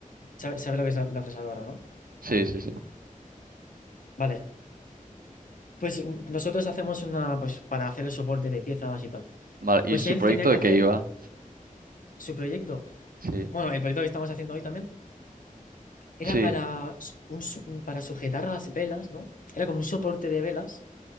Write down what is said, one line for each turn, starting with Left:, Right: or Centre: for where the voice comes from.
Left: ¿Sabe, sabe lo que es la, la fresadora, no?
Right: Sí, sí, sí.
Left: Vale. Pues mm, nosotros hacemos una, pues para hacer el soporte de piezas y tal.
Right: Vale. ¿Y
Left: Pues
Right: su
Left: él
Right: proyecto
Left: tenía que
Right: de
Left: hacer
Right: qué iba?
Left: su proyecto
Right: Sí.
Left: Bueno, el proyecto que estamos haciendo hoy también era
Right: Sí,
Left: para, s- un su- para sujetar las velas, ¿no? Era como un soporte de velas